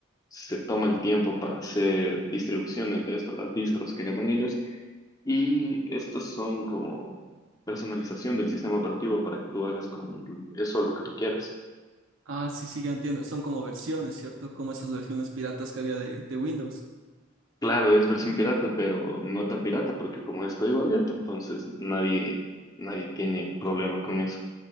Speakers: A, on the left; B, on the right.
A: se toma el tiempo para hacer distribuciones de esto, las distros que llaman ellos, y estos son como personalización del sistema operativo para que tú hagas con eso lo que tú quieras.
B: Ah, sí, sí, ya entiendo. Son como versiones, ¿cierto? Como esas versiones piratas que había de, de Windows.
A: Claro, es versión pirata, pero no tan pirata, porque como es código abierto, entonces nadie, nadie tiene problema con eso.